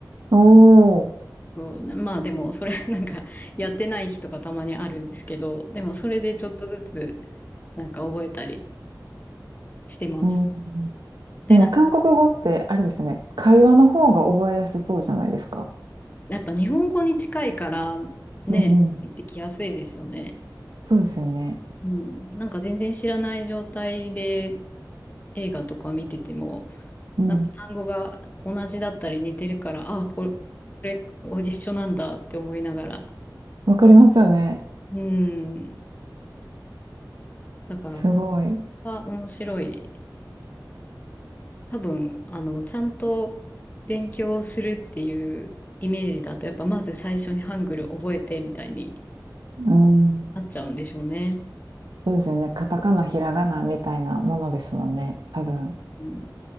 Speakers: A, on the right; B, on the left.
A: おー。
B: そうね。まあでも、それ <laughs> なんかやってない日とかたまにあるんですけど、でもそれでちょっとずつなんか覚えたりしてます。
A: うん。
B: で、
A: でも韓国語ってあれですよね。
B: なんか
A: 会話の方が覚えやすそうじゃないですか。
B: やっぱ日本語に近いからね、
A: うんうん。
B: 入ってきやすいですよね。
A: そうですよね。
B: うん。なんか全然知らない状態で映画とか見てても、
A: うん。
B: なんか単語が同じだったり似てるから、ああ、これ、これ一緒なんだって思いながら。
A: わかりますよね。
B: うん。だから、
A: すごい。
B: 面白い。多分、あの、ちゃんと勉強するっていうイメージだと、やっぱまず最初にハングル覚えてみたいに
A: うん。
B: なっちゃうんでしょうね。
A: そうですよね。カタカナ、ひらがなみたいなものですもんね。多分。
B: うん